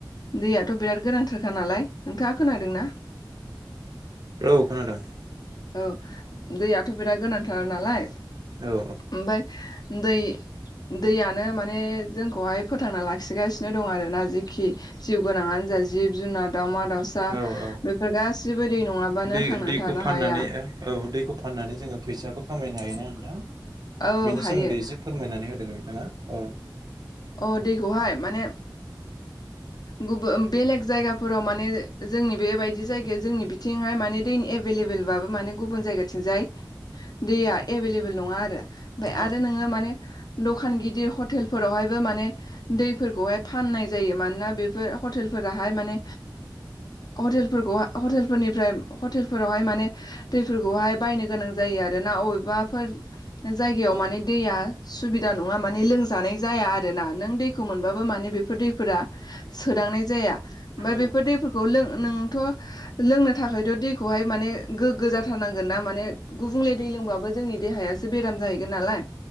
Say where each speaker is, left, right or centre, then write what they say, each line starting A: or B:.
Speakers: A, on the left; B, on the right.
A: दैयाथ' बिराद गोनांथार थार नालाय नोंथाङा खोनादोंना?
B: औ खोनादों।
A: औ दैयाथ' बिराद गोनांथार नालाय
B: औ
A: ओमफाय दै दैयानो माने जोंखौहाय फोथांना लाखिगासिनो दं आरोना जेखि जिउ गोनाङानो जा जिब जुनार दावमा दाउसा
B: औ औ
A: बेफोर गासिबो दै नङाबानो
B: दै
A: थांनानै
B: दैखौ
A: थानो
B: फाननानै
A: हाया।
B: औ दैखौ फाननानै जोङो फैसाबो खामायनो हायो ना नोंथां।
A: औ
B: बेनि
A: हायो
B: सोमोन्दै एसे फोरमायनानै होदों नोंथाङा औ।
A: अ दैखौहाय माने गुबु बेलेग जायगाफोराव माने जोंनि बेबायदि जायगायाव जोंनि बिथिंहाय माने दैनि एभेलेबोल बोल बाबो माने गुबुन जायगाथिंजाय दैया एभेलेबोल नङा आरो ओमफ्राय
B: औ
A: आरो नोङो माने दखान गिदिर हटेलफोरावहाय ओ माने दैफोरखौहाय फाननाय जायो मानोना बेफोर हटेलफोराहाय माने हटेलफोरखौ हटेलफोरनिफ्राय हटेलफोरावहाय माने दैफोरखौहाय बायनो गोनां जायो। आरो ना अबेबाफोर जायगायाव
B: औ
A: माने दैया सुबिदा नङा माने लोंजानाय जाया आ रोना नों दैखौ मोनबाबो माने बेफोर दैफोरा सोदांनाय जाया। ओमफ्राय
B: औ
A: बेफोर दैफोरखौ लों नोंथ' लोंनो थाखायथ' दैखौहाय माने गोग्गो जाथारनांगोन ना माने गुबुंले दै लोंबाबो जोंनि देहायासो बेराम जाहैगोन नालाय।